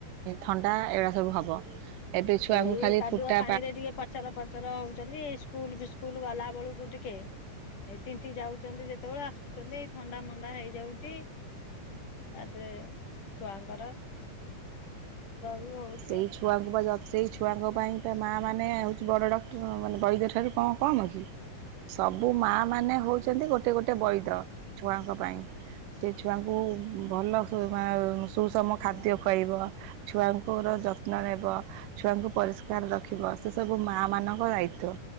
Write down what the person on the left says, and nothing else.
ଏଇ
କାଦୁଅ
ପାଣି ରେ ଟିକେ ପଚର ପଚର ହଉଛନ୍ତି ସ୍କୁଲ ବିସ୍କୁଲ ଗଲା ବେଳକୁ ଟିକେ ଏଇ ତିନ୍ତି ଯାଉଛନ୍ତି ଯେତେବେଳେ ଆସୁଛନ୍ତି ଏଇ ଥଣ୍ଡା ମଣ୍ଡା ହେଇ ଯାଉଛି ତାପରେ ଛୁଆଙ୍କର ବି ହଉଛି